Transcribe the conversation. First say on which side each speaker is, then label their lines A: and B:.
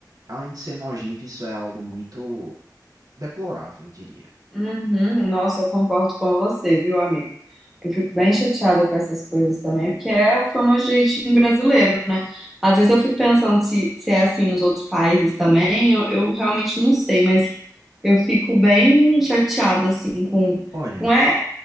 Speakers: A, on the right; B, in the centre.
A: Além de ser nojento, isso é algo muito deplorável, eu diria.
B: Uhum, nossa, eu concordo com você, viu, amigo? Eu fico bem chateada com essas coisas também, porque é o famoso jeitinho brasileiro, né? Às vezes eu fico pensando se, se é assim nos outros países também, eu, eu realmente não sei, mas eu fico bem chateada, assim, com,
A: Olha,
B: com, é,